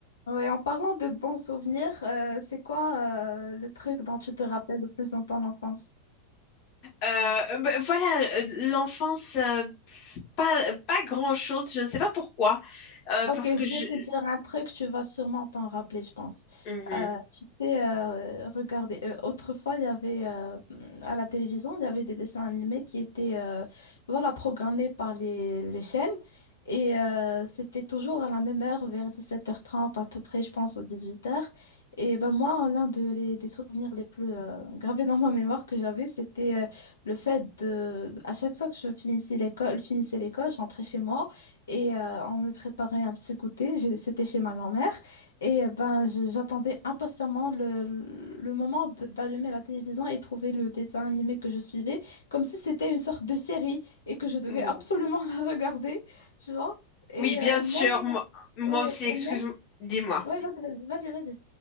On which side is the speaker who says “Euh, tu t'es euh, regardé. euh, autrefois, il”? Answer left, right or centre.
Left